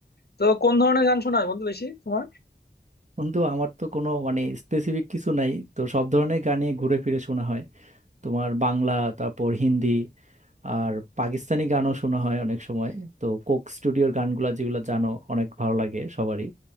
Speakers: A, on the left; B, on the right.
A: তো কোন ধরনের গান শোনা হয় বন্ধু বেশি তোমার
B: বন্ধু আমার তো কোনো মানে স্পেসিফিক কিছু নাই তো সব ধরনের গানই ঘুরে ফিরে শোনা হয় তোমার বাংলা তারপর হিন্দি আর পাকিস্তানি গানও শোনা হয় অনেক সময় তো কোক স্টুডিওর গানগুলা যেগুলো জানো অনেক ভালো লাগে সবারই